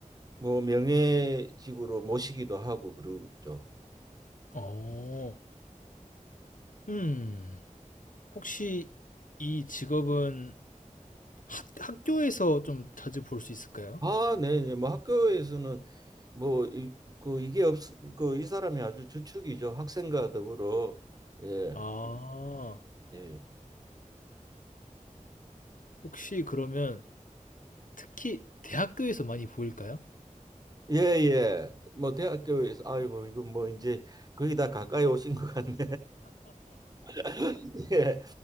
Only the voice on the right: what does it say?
뭐 명예직으로 모시기도 하고 그러죠.
아, 네네. 뭐 학교에서는 뭐 이 그 이게 없 그 이 사람이 아주 주축이죠. 학생과 더불어 예.
예.
예, 예. 뭐 대학교에서 아이고 이거 뭐 이제 거의 다 가까이 오신 것 같네. <laughs> 예.